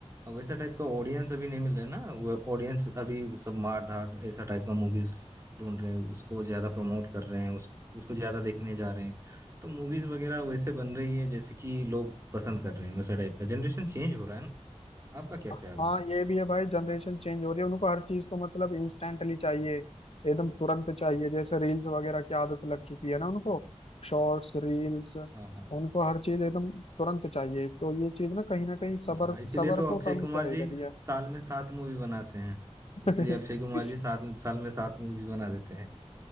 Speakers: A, on the right (about 25°); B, on the left (about 60°).
A: वैसा टाइप का ऑडियंस अभी नहीं मिल रहा है ना वो ऑडियंस अभी सब मार धाड़ ऐसा टाइप का मूवीज ढूंढ रहे हैं उसको ज्यादा प्रमोट कर रहे हैं उस, उसको ज्यादा देखने जा रहे हैं तो मूवीज वगैरह वैसे बन रही है जैसे कि लोग पसंद कर रहे हैं वैसा टाइप का जनरेशन चेंज हो रहा है ना आपका क्या
B: हाँ
A: ख्याल है
B: ये भी है भाई जनरेशन चेंज हो रही है उनको हर चीज तो मतलब इंस्टेंटली चाहिए एकदम तुरंत चाहिए जैसे रील्स वगैरह की आदत लग चुकी है ना उनको शॉर्ट्स रील्स उनको
A: हाँ हाँ
B: हर चीज एकदम तुरंत चाहिए तो ये चीज ना कहीं ना कहीं सबर
A: हाँ इसीलिए
B: सबर
A: तो
B: को
A: अक्षय
B: कम
A: कुमार
B: करे
A: जी
B: जा रही है
A: साल में सात मूवी बनाते हैं इसीलिए
B: <laughs>
A: अक्षय कुमार जी सात साल में सात मूवीज बना देते हैं